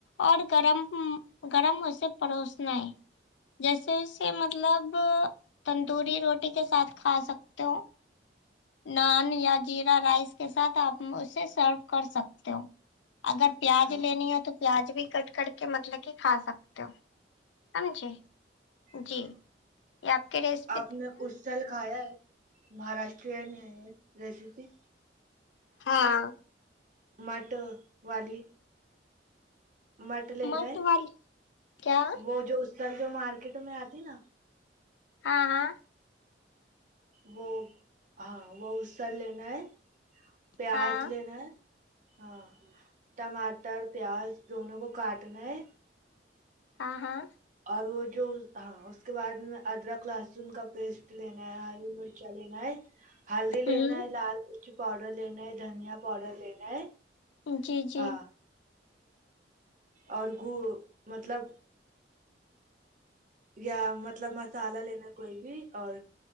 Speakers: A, on the left (about 80°); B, on the right (about 45°).
A: اور گرم گرم اسے پروسنا ہے جیسے اسے مطلب تندوری روٹی کے ساتھ کھا سکتے ہو نان یا جیرا رائس کے ساتھ آپ اسے سرو کر سکتے ہو اگر پیاز
B: ہاں
A: لینی ہو تو پیاز بھی کٹ کر کے مطلب کہ کھا سکتے ہو ہاں جی
B: ہاں
A: جی یے آپ کے دیسی
B: آپ نے اس سال کھایا ہے مہاراشٹرین ہے یہ ریسیپی
A: ہاں
B: مٹ والی مٹ لے
A: مت
B: رہے
A: والی کیا
B: وہ جو اسر جو مارکیٹ میں آتی نا
A: ہاں ہاں
B: وہ ہاں وہ اسل لینا ہے پیاز
A: ہاں
B: لینا ہے ہاں ٹماٹر پیاز دونوں کو کاٹنا ہے
A: ہاں ہاں
B: اور وہ جو ہاں اس کے بعد میں ادرک لہسن کا پیسٹ لینا ہے ہری مرچا لینا ینا ہلدی
A: ہوں
B: لینا ہے لال مرچی پاؤڈر لینا ہے دھنیا پاؤڈر لینا ہے
A: جی جی
B: ہاں اور گ مطلب یا مطلب مسالہ لینا کوئی بھی اور